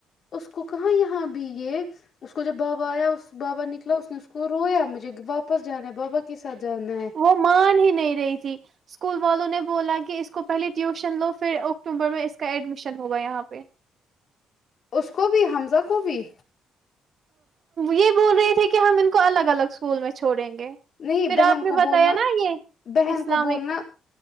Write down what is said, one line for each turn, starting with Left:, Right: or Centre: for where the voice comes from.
Left: اس کو کہاں یہاں بھی یے اس کو جب بابا آیا اس بابا نکلا اس نے اس کو رویا مجھے واپس جانا ہے بابا کے ساتھ جانا ہے
Right: وہ مان ہی نہیں رہی تھی اسکول والوں نے بولا کہ اس کو پہلے ٹیوشن لو پھر اکتوبر میں اس کا ایڈمیشن ہوگا یہاں پے
Left: اس کو بھی حمزہ کو بھی
Right: یے بول رہے تھے کہ ہم ان کو الگ الگ اسکول میں چھوڑیں گے
Left: نہیں
Right: پھر
Left: بہن
Right: آپ نے
Left: کو
Right: بتایا
Left: بولنا
Right: نا یے
Left: بہن
Right: اسلامک
Left: کو بولنا